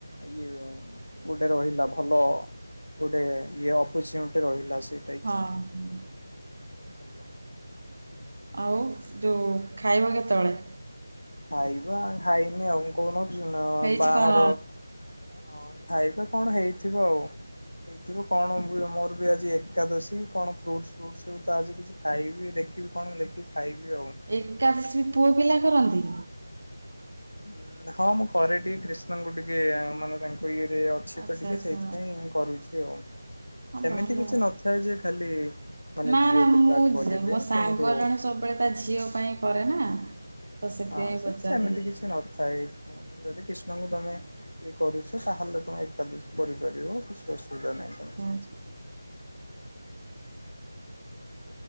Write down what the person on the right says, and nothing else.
ହଁ ହୁଁ।
ଆଉ ଯୋଉ ଖାଇବ କେତବଳେ?
ହେଇଛି
କଣ
ଏକାଦଶୀ ବି ପୁଅ ପିଲା କରନ୍ତି?
ଆଚ୍ଛା
ଆଚ୍ଛା
ହଁ
ଭଲ
ଆଉ।
ନା
ନା ମୁଁ
ମୋ ସାଙ୍ଗ
ଜଣେ ସବୁବେଳେ ତା ଝିଅ ପାଇଁ କରେନା ତ
ସେଥିପାଇଁ
ପଚାରଦେଲି।
<unintelligible>